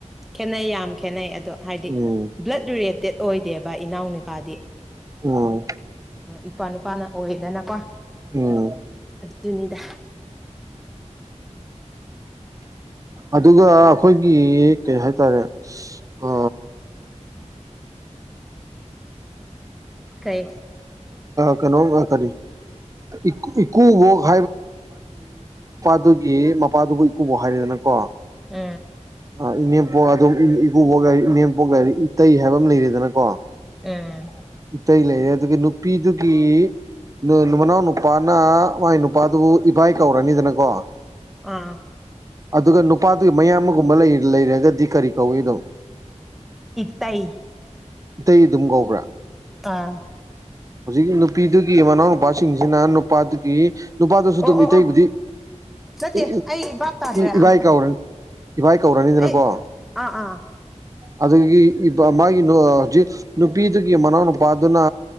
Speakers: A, in the centre; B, on the right.
A: ꯈꯦꯠꯅꯩ ꯌꯥꯝ ꯈꯦꯠꯅꯩ ꯑꯗꯣ ꯍꯥꯏꯗꯤ
B: ꯎꯝ
A: ꯕ꯭ꯂꯠ ꯔꯦꯠ ꯗꯦꯠ ꯑꯣꯏꯗꯦꯕ ꯏꯅꯥꯎ ꯅꯨꯅꯤꯄꯥꯗꯤ
B: ꯑꯣ
A: ꯏꯄꯥ ꯅꯨꯄꯥꯅ ꯑꯣꯏꯌꯦꯗꯅꯀꯣ
B: ꯎꯝ
A: ꯖꯨꯅꯤꯗꯥ
B: ꯑꯗꯨꯒ ꯑꯩꯈꯣꯏ ꯒꯤ ꯀꯩ ꯍꯥꯏꯇꯥꯔꯦ ꯑ
A: ꯀꯩ
B: ꯀꯩꯅꯣꯝ ꯀꯔꯤ ꯏꯀꯨꯕꯣꯛ ꯑꯗꯨꯒꯤ ꯃꯄꯥꯗꯨꯕꯨ ꯏꯀꯨꯕ ꯍꯥꯏꯔꯦꯗꯅꯀꯣ
A: ꯎ
B: ꯑ ꯏꯅꯦꯝꯄꯣꯛ ꯑꯗꯨꯝ ꯏꯄꯨꯕꯣꯛꯔꯤ ꯏꯅꯦꯝꯄꯣꯛ ꯂꯩꯔꯤ ꯏꯇꯩ ꯍꯥꯏꯕ ꯑꯃ ꯂꯩꯔꯦꯗꯅꯀꯣ
A: ꯎꯝ
B: ꯏꯇꯩ ꯂꯩꯔꯦ ꯑꯗꯨꯒꯒꯤ ꯅꯨꯄꯤꯗꯨꯒꯤ ꯅꯨ ꯃꯅꯥꯎ ꯅꯨꯄꯥꯅ ꯃꯥꯒꯤ ꯅꯨꯄꯥꯗꯨꯕꯨ ꯏꯚꯏ ꯀꯧꯔꯅꯤꯗꯅꯀꯣ
A: ꯑꯥ
B: ꯑꯗꯨꯒ ꯅꯨꯄꯥꯗꯨꯒꯤ ꯃꯌꯥꯝꯃ ꯂꯩꯔꯒꯗꯤ ꯀꯔꯤ ꯀꯧꯏꯅꯣ
A: ꯏꯇꯩ
B: ꯏꯇꯩ ꯑꯗꯨꯝ ꯀꯧꯕꯧꯕ꯭ꯔꯥ
A: ꯑꯥ
B: ꯍꯧꯖꯤꯛ ꯅꯨꯄꯤꯗꯨꯒꯤ ꯃꯅꯥꯎ ꯅꯨꯄꯥꯁꯤꯡꯁꯤꯅ ꯅꯨꯄꯥꯗꯨꯒꯤ ꯅꯨꯄꯥꯗꯨꯁꯨ
A: ꯑꯣ
B: ꯑꯗꯨꯝ
A: ꯑꯣ
B: ꯏꯇꯩꯕꯨꯗꯤ
A: ꯑꯣ ꯅꯠꯇꯦ
B: ꯏ
A: ꯑꯩ ꯚꯥꯞ ꯇꯥꯗ꯭ꯔꯦ
B: ꯏꯕꯥꯏ
A: ꯑꯝꯇ
B: ꯀꯧꯔꯅꯤ ꯏꯚꯥꯏ ꯀꯧꯔꯅꯤꯗꯅꯀꯣ
A: ꯑꯩ ꯑꯥ ꯑꯥ
B: ꯑꯗꯨꯗꯒꯤ ꯃꯥꯒꯤ ꯅꯨꯄꯤꯗꯨꯒꯤ ꯃꯅꯥꯎ ꯅꯨꯄꯥꯗꯨꯅ